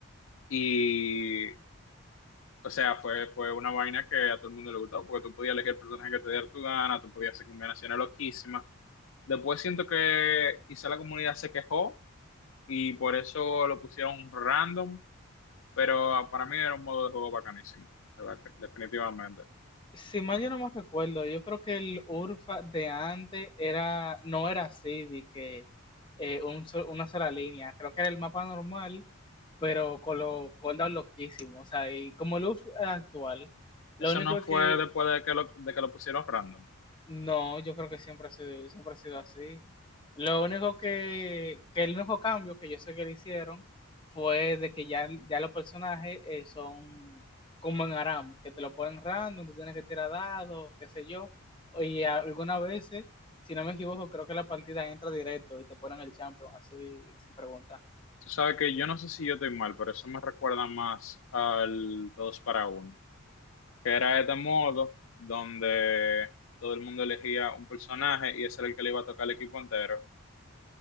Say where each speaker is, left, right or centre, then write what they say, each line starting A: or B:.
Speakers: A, on the left; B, on the left.
A: y, o sea, fue, fue una vaina que a todo el mundo le gustó, porque tú podías elegir el personaje que te diera tu gana, tú podías hacer combinaciones loquísimas. Después siento que quizá la comunidad se quejó y por eso lo pusieron random, pero para mí era un modo de juego bacanísimo, de verdad, definitivamente.
B: Si mal yo no me recuerdo, yo creo que el Urfa de antes era, no era así, de que eh, un sol- una sola línea, creo que era el mapa normal, pero con los cooldowns loquísimos, o sea, y como el Urfa actual.
A: Eso
B: Lo único
A: no fue
B: es que
A: después de que lo, de que lo pusieron random.
B: No, yo creo que siempre ha sido, siempre ha sido así. Lo único que, que el único cambio que yo sé que le hicieron fue de que ya, ya los personajes eh, son como en Aram, que te lo ponen random, tú tienes que tirar dados, qué sé yo, y a- algunas veces, si no me equivoco, creo que la partida entra directo y te ponen el champion así sin preguntar.
A: Tú sabes que yo no sé si yo estoy mal, pero eso me recuerda más al 2 para uno. que era este modo donde todo el mundo elegía un personaje y ese era el que le iba a tocar al equipo entero.